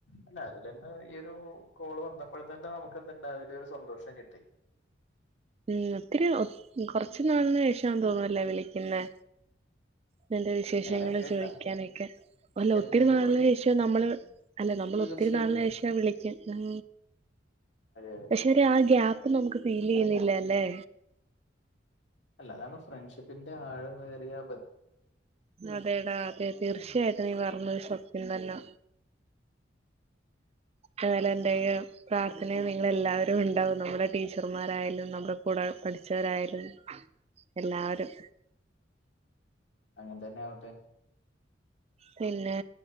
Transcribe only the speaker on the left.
അല്ല അതില്തന്നെ ഈ ഒരു കോള് വന്നപ്പോഴ് തന്നെ നമുക്ക് എന്തുണ്ട് അയിലരു സന്തോഷം കിട്ടി.
എങ്ങനെ കേട്ടില്ല
എ
എന്ത്
പറഞ്ഞു
തീർച്ചയായിട്ടും
അതെ അതെ
അല്ല അതാണ് ഫ്രണ്ട്ഷിപ്പിന്റെ ആഴമേറിയാ
അങ്ങൻതന്നെയാവട്ടെ